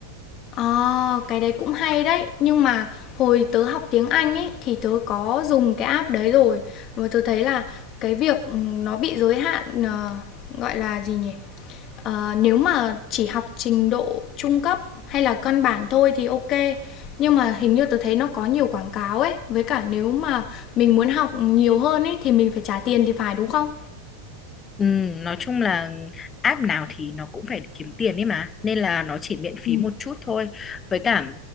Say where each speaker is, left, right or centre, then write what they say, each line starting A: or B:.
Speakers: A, on the left (about 40°); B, on the left (about 25°).
A: Ờ, cái đấy cũng hay đấy. Nhưng mà hồi tớ học tiếng Anh ấy thì tớ có dùng cái app đấy rồi. Và tớ thấy là cái việc ừ, nó bị giới hạn ờ, gọi là gì nhỉ? Ờ, nếu mà chỉ học trình độ trung cấp hay là căn bản thôi thì ok. Nhưng mà hình như tớ thấy nó có nhiều quảng cáo ấy. Với cả nếu mà mình muốn học nhiều hơn ấy thì mình phải trả tiền thì phải đúng không?
B: Ừm, nói chung là app nào thì nó cũng phải kiếm tiền ấy mà nên là nó chỉ miễn phí
A: Ừ.
B: một chút thôi với cả